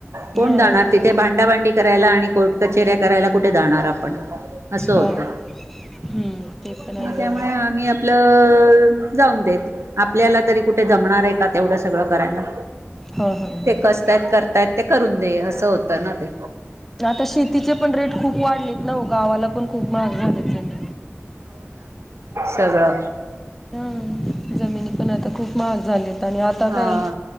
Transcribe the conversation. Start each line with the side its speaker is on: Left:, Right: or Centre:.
Right: कोण
Centre: हा
Right: जाणार तिथे भांडाभांडी करायला आणि कोर्ट कचेऱ्या करायला कुठे जाणार आप अस होत.
Centre: हा हम्म ते पण आहे
Right: मग
Centre: म्हणा
Right: त्यामुळे आम्ही आपलं जाऊ आपल्याला तरी कुठे जमणार आहे का तेवढं सगळं करायला,
Centre: हा हा हा
Right: ते कसतायत करतायत ते करून दे असं होतं ना ते.
Centre: आता शेतीचे पण रेट खूप वाढलेत ना वो गावाला पण खूप महाग झालेत जमीन.
Right: सगळ.
Centre: हा जमिनी पण आता खूप महाग झालेत. आणि आता
Right: हा
Centre: काय